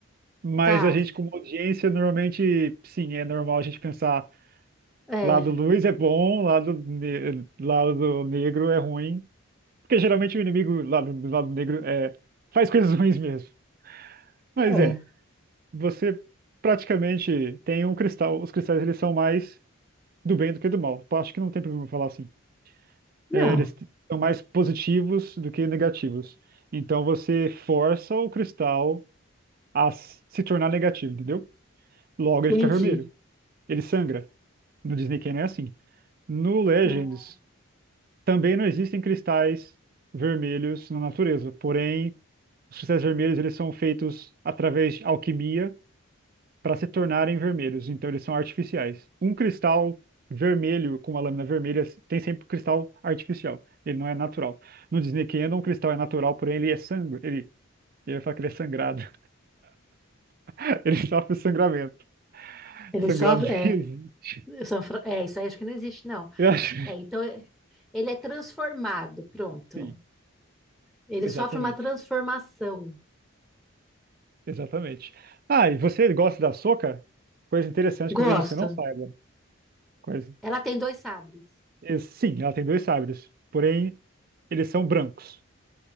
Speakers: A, on the right (about 45°); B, in the centre.
A: Mas
B: Tá,
A: a gente, como audiência, normalmente, sim, é normal a gente pensar
B: é,
A: lado luz é bom, lado, ne- lado negro é ruim. Porque geralmente o inimigo lado, do lado negro é, faz coisas <laughs> ruins mesmo. Mas
B: É.
A: é, você praticamente tem um cristal. Os cristais eles são mais do bem do que do mal. Eu Acho que não tem problema falar assim.
B: Não,
A: É, eles t- são mais positivos do que negativos. Então você força o cristal a s- se tornar negativo, entendeu? Logo ele
B: entendi.
A: fica vermelho. Ele sangra. No Disney Canyon é assim. No Legends,
B: Hum,
A: também não existem cristais vermelhos na natureza. Porém, os cristais vermelhos eles são feitos através de alquimia para se tornarem vermelhos. Então, eles são artificiais. Um cristal vermelho com uma lâmina vermelha tem sempre um cristal artificial. Ele não é natural. No Disney Canyon, um cristal é natural, porém ele é sangue. Ele, ele fala que ele é sangrado. <laughs> Ele sofre sangramento.
B: Ele
A: Sangrado
B: sofre.
A: não
B: É.
A: existe.
B: São Fra- É, isso aí acho que não existe, não.
A: Eu acho.
B: É, então, é- ele é transformado, pronto.
A: Sim,
B: Ele
A: exatamente.
B: sofre uma transformação.
A: Exatamente. Ah, e você gosta da Sokka? Coisa interessante
B: Gosto.
A: que talvez você não saiba. Coisa...
B: Ela tem dois sabres.
A: e, Sim, ela tem dois sabres, porém eles são brancos.